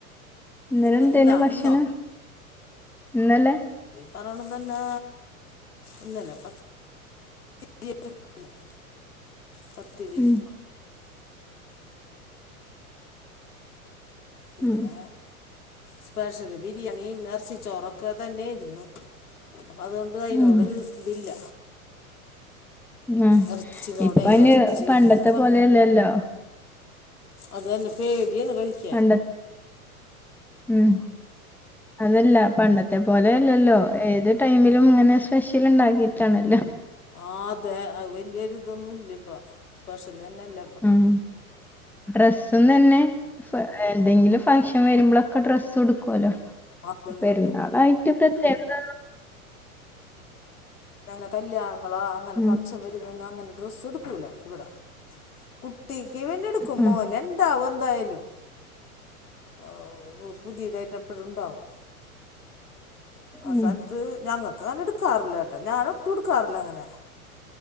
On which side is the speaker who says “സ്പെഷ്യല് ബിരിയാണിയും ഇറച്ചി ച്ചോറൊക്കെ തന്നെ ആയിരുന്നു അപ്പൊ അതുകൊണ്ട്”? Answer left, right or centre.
Left